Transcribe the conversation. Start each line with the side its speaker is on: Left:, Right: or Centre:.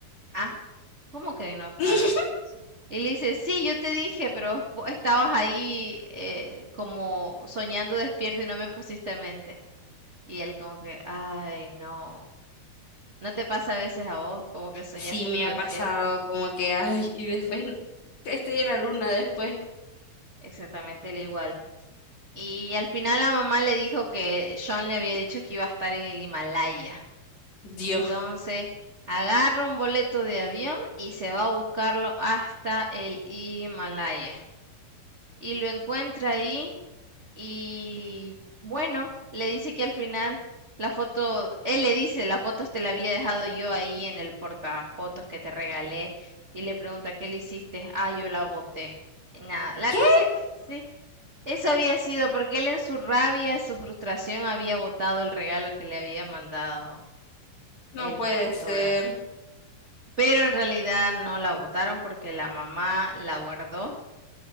Right: ah, ¿cómo que vino a buscarme?
Left: <laughs>
Right: Y le dice, sí, yo te dije, pero vos estabas ahí eh, como soñando despierto y no me pusiste en mente. Y él como que, ay, no, no te pasa a veces a vos, como que soñás
Left: Sí,
Right: mucho
Left: me
Right: despierta.
Left: ha pasado como que, ay, y después estoy en la luna después.
Right: Exactamente, él igual. Y al final la mamá le dijo que Sean le había dicho que iba a estar en el Himalaya.
Left: Dios,
Right: Entonces, agarra un boleto de avión y se va a buscarlo hasta el Himalaya. y lo encuentra ahí y bueno, le dice que al final la foto, él le dice, la foto te la había dejado yo ahí en el portafotos que te regalé y le pregunta, ¿qué le hiciste? Ah, yo la boté. Y nada, la
Left: qué
Right: cosa es que sí, eso había sido porque él en su rabia, su frustración había botado el regalo que le había mandado
Left: no
Right: el
Left: puede
Right: fotógrafo.
Left: ser.
Right: Pero en realidad no la botaron porque la mamá la guardó